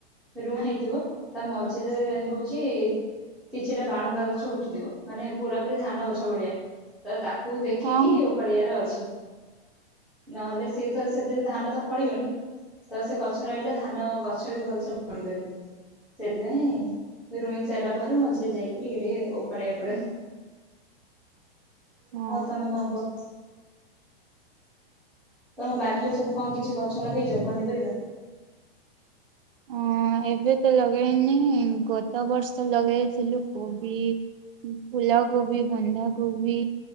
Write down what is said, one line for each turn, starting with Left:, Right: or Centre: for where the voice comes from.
Centre: ରୁଣା ହେଇଥିବ ତା ମଝିରେ ହଉଛି କିଛିଟା ବାଳୁଙ୍ଗା ଗଛ ଉଠିଥିବ ମାନେ ପୁରା ପୁରୀ ଧାନ ଗଛ ଭଳିଆ। ତ ତାକୁ ଦେଖିକି
Right: ହଁ
Centre: ହି ଉପାଡିଆରେ ଅଛି। ନହେଲେ ସିଏ ତ ସେଥିରେ ଧାନ ତ ଫଳିବନି। ତ ସେ ଗଛ ରହିଲେ ଧାନ ଗଛ ବି ଭଲସେ ବଢି ପାରିବନି। ତ ସେଥିପାଇଁ ରୁଣି ସାରିଲା ପରେ ମଝିରେ ଯାଇକି ଟିକେ ଟିକେ ଓପାଡିବା ପଡେ।
Right: ହଁ ହଁ।
Centre: ଆଉ ତମେ କଣ କୁହ। ତମ ବାଡି ରେ ସବୁ କଣ କିଛି ଗଛ ଲଗେଇଛ ପନିପରିବା?
Right: ହଁ ଏବେ ତ ଲଗେଇନି ଗତ ବର୍ଷ ଲଗେଇଥିଲୁ କୋବି ଫୁଲ କୋବି ବନ୍ଧାକୋବି।